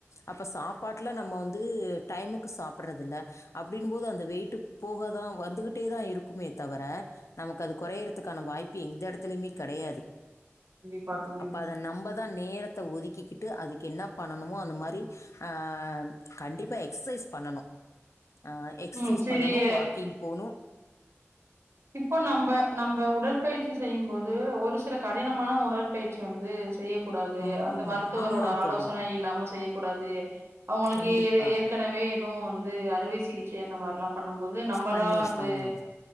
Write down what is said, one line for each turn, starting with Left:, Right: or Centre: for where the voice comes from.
Left: அப்ப சாப்பாட்டுல நம்ம வந்து டைமுக்கு சாப்டறதில்ல அப்டின்னு போது அந்த வெயிட்டு போகதா வந்துகிட்டே தா இருக்குமே தவர நமக்கு அது கொறயரதுக்கான வாய்ப்பு எந்த எடத்துலயுமே கெடையாது
Right: கண்டிப்பா தோழி.
Left: அப்போ அத நம்ம தா நேரத்த ஒதுக்கிக்கிட்டு அதுக்கு என்ன பண்ணணுமோ அந்த மாரி ஆ கண்டிப்பா எக்ஸ்சைஸ் பண்ணணு ஆ எக்ஸ்சைஸ்
Right: ம். சிறிய
Left: பண்ணணு வாக்கிங் போணு
Right: இப்போ நம்ப நம்ப உடற்பயிற்சி செய்யு போது ஒரு சில கடினமான உடற்பயிற்சி வந்து செய்யக்கூடாது
Left: ஆ
Right: அந்த மருத்துவரோட
Left: ஆமாம்
Right: ஆலோசனை
Left: தோழி
Right: இல்லாம செய்யக்கூடாது அவங்களுக்கு
Left: கண்டிப்பாக
Right: ஏற் ஏற்க கனவே எதுவு வந்து அறுவை சிகிச்சை அந்த மாரிலா பண்ணுபோது நம்மளா
Left: பண்ணியிருப்பாங்க
Right: வந்து